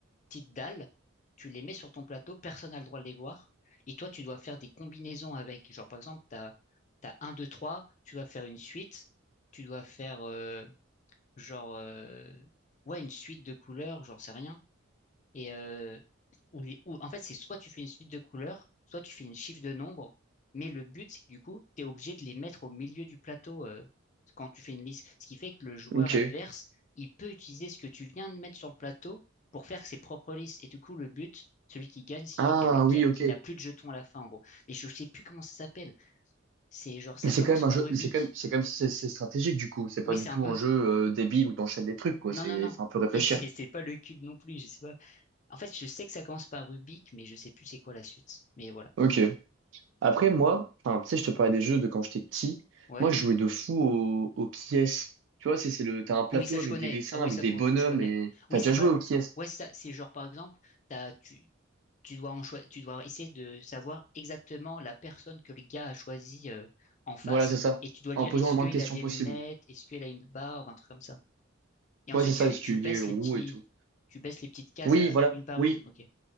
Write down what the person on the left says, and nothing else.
petites dalles, tu les mets sur ton plateau, personne n'a le droit de les voir, et toi, tu dois faire des combinaisons avec. Genre, par exemple, tu as, t'as un 2 3 tu dois faire une suite, tu dois faire, euh, genre, euh, ouais, une suite de couleurs, j'en sais rien. Et euh, où les- où- en fait, c'est soit tu fais une suite de couleurs, soit tu fais une chiffre de nombres, mais le but, c'est que du coup, tu es obligé de les mettre au milieu du plateau euh, quand tu fais une liste. Ce qui fait que le joueur
adverse, il peut utiliser ce que tu viens de mettre sur le plateau pour faire ses propres listes. Et du coup, le but, celui qui gagne, c'est
celui qui a le- qui
a- qui
n'a plus de jetons à la fin, en gros. Mais je sais plus comment ça s'appelle. C'est genre, ça
commence
par
Rubik.
Oui,
c'est
un peu...
Non,
non, non.
Et <laughs> c'est c'est pas le cube non plus, je sais pas. En fait, je sais que ça commence par Rubik, mais je sais plus c'est quoi la suite. Mais voilà.
Ouais.
Oui, ça je
connais.
Ah oui,
ça
pour
le coup je connais.
Oui,
c'est
pas.
le-
Ouais, c'est ça. C'est genre par exemple, t'as, tu, tu dois en choi- tu dois essayer de savoir exactement la personne que le gars a choisie euh, en face,
et tu dois
lui dire
est-ce
qu'il
a des
lunettes, est-ce qu'il a une barbe, un truc comme ça. Et ensuite
tu les,
tu
baisses
les petits,
tu baisses les petites cases
à-
une par
une. Ok.